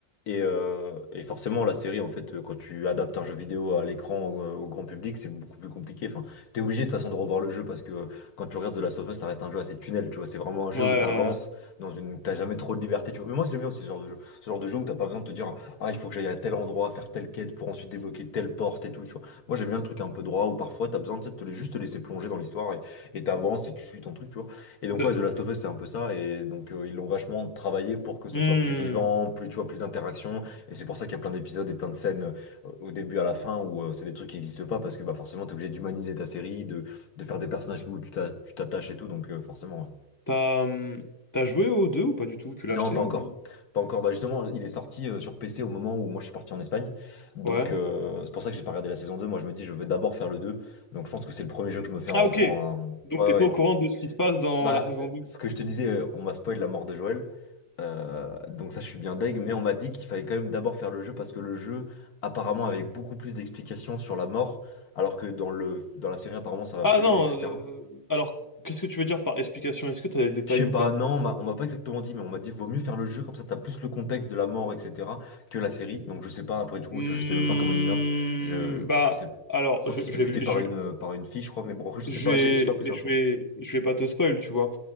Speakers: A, on the left (about 60°); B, on the left (about 20°).
A: Et, euh, et forcément, la série, en fait, euh, quand tu adaptes un jeu vidéo à l'écran, euh, au grand public, c'est beaucoup plus compliqué. Enfin, t'es obligé de toute façon de revoir le jeu parce que euh, quand tu regardes The Last of Us, ça reste un jeu assez tunnel, tu vois. C'est vraiment un jeu
B: Ouais.
A: où t'avances
B: euh,
A: dans une, t'as jamais trop de liberté, tu vois. Mais moi, c'est bien aussi ce genre de jeu. Ce genre de jeu où t'as pas besoin de te dire, ah, il faut que j'aille à tel endroit, faire telle quête pour ensuite débloquer telle porte et tout, tu vois. Moi, j'aime bien le truc un peu droit où parfois t'as besoin tu sais, de te, te- juste te laisser plonger dans l'histoire et et t'avances et tu suis ton truc, tu vois. Et donc
B: de-
A: ouais, The Last of Us, c'est un peu ça, et donc euh, ils l'ont vachement travaillé pour que ça
B: Hmm.
A: soit plus vivant, plus, tu vois, plus d'interactions, et c'est pour ça qu'il y a plein d'épisodes et plein de scènes euh, au début à la fin où euh, c'est des trucs qui n'existent pas, parce que bah, forcément, t'es obligé d'humaniser ta série, de, de faire des personnages où tu t'a- tu t'attaches et tout, donc euh, forcément... ouais.
B: T'as hum, t'as joué aux deux ou pas du tout? Tu l'as
A: Non,
B: acheté
A: pas encore.
B: ou...
A: Pas encore. Bah justement, il est sorti euh, sur PC au moment où moi je suis parti en Espagne. Donc
B: Ouais.
A: euh, c'est pour ça que j'ai pas regardé la saison 2. Moi je me dis je veux d'abord faire le 2. Donc je pense que c'est le premier jeu que je me fais en
B: Ah,
A: rentrant
B: ok. Donc,
A: à... Ouais
B: t'es pas
A: ouais. ouais.
B: au courant de ce qui se passe dans
A: Bah,
B: la saison
A: euh,
B: 2.
A: ce que je te disais, euh, on m'a spoil la mort de Joël. Euh, donc ça, je suis bien deg. Mais on m'a dit qu'il fallait quand même d'abord faire le jeu parce que le jeu, apparemment, avait beaucoup plus d'explications sur la mort, alors que dans le, dans la série, apparemment, ça va
B: Ah
A: plus
B: non,
A: vite, etc.
B: euh, alors qu'est-ce que tu veux dire par explication? Est-ce que tu as des détails
A: Je sais
B: ou
A: pas,
B: pas?
A: non, on m'a on m'a pas exactement dit, mais on m'a dit vaut mieux faire le jeu, comme ça t'as plus le contexte de la mort, etc., que la série. Donc je sais pas, après du coup,
B: Hmm,
A: tu vois, je sais même pas comment il meurt. Je,
B: bah,
A: je sais,
B: alors,
A: je crois
B: je,
A: qu'il se
B: je,
A: fait buter
B: vais-
A: par
B: je,
A: une, par une fille, je crois, mais bon, après, je sais
B: je
A: pas,
B: vais,
A: j'ai j'ai pas plus d'infos.
B: je vais, je vais pas te spoil, tu vois.